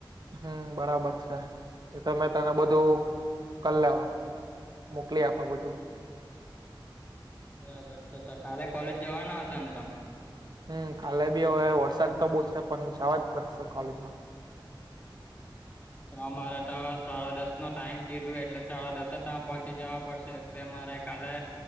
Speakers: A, on the right; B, on the left.
A: હમ, બરાબર છે. એ તો મેં તને બધું કર લેવા. મોકલી આપા બધું.
B: બરાબર છે તો કાલે કોલેજ જવાના હશે ને તમે?
A: હમ, કાલે બી હવે વરસાદ તો બો સે પણ જાવા જ પડશે કોલેજમાં.
B: અમારે તો સાડા દસ નો ટાઈમ કીધું એટલે સાડા દસે તા પહોંચી જવા પડશે એટલે મારે કાલે